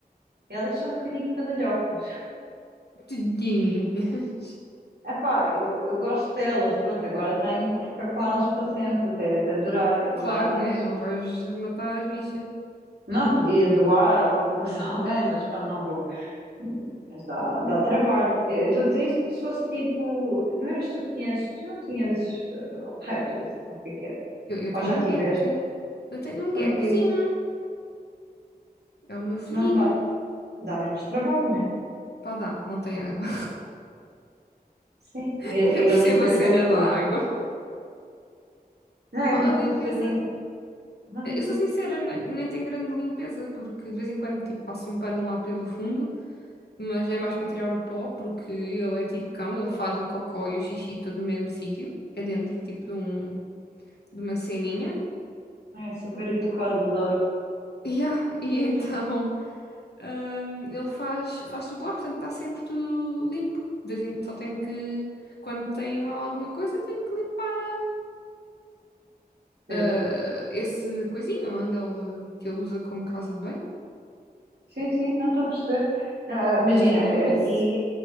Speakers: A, on the right (about 85°); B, on the left (about 90°).
A: elas são um bocadinho badalhocas.
B: Tudinho.
A: <laughs>
B: <laughs>
A: Epá, eu, eu gosto delas, pronto, agora tenho, vou ficar com elas para sempre, até, até durarem, mas
B: Claro, né? Não vais matar as bichas.
A: não podia doar ou qualquer coisa a alguém, mas pronto, não vou. Mas dá, dá trabalho. Eu eu estou a dizer isso porque se fosse tipo. Não eras tu que tinhas. Tu não tinhas eh, répteis, ou o que é que era?
B: Eu, eu
A: Ou
B: tenho
A: já tiveste?
B: um gecko. Eu tenho um
A: Pronto,
B: geckozinho.
A: é isso.
B: É o meu filhinho.
A: Não dá. Dá menos trabalho, né?
B: Pá, dá, não tem água.
A: Sim.
B: <laughs>
A: E,
B: Eu percebo
A: e a limpeza
B: a cena
A: é que.
B: da água.
A: Não,
B: A
A: mas
B: a
A: a
B: limpeza.
A: pessoa tem. Não
B: Eu
A: diz
B: sou sincera,
A: isso.
B: ne- nem tem grande limpeza, porque de vez em quando tipo, passa um pano lá pelo fundo, mas é mais para tirar o pó, porque ele é tipo cão, ele faz o cocó e o xixi todo no mesmo sítio. É dentro tipo de, um, de uma ceninha. <laughs>
A: É super educado, adoro.
B: Yeah, e então. Ahm, ele faz, faz tudo lá, portanto está sempre tudo limpo. De vez em- só tenho que, quando tem lá alguma coisa, tenho que limpar ah,
A: É,
B: esse coisinho onde ele, que ele usa como casa de banho.
A: Sim, sim, não estou a perceber. Ah, imagina,
B: Mas tirando
A: eh,
B: isso,
A: aqui,